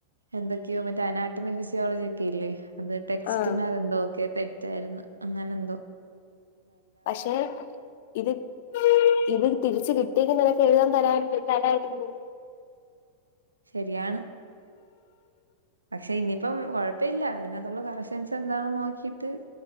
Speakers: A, on the right; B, on the left.
A: എന്തൊക്കെയോ മറ്റേ അനാട്ടമി ഫിസിയോളജി ഒക്കെ ഇല്ലേ അത് ടെക്സ്റ്റിനതെന്തോ
B: ആഹ്
A: ഒക്കെ തെറ്റായിരുന്നു അങ്ങനെന്തോ
B: പഷേ ഇത് ഇത് തിരിച്ച് കിട്ടിയത് നിനക്ക് എഴുതാൻ തരായി തരായിരുന്നു
A: ശരിയാണ് പക്ഷെ ഇനിയിപ്പം കൊഴപ്പില്ല അതിനകത്തുള്ള കറക്ഷൻസ് എന്താണെന്ന് നോക്കിട്ട്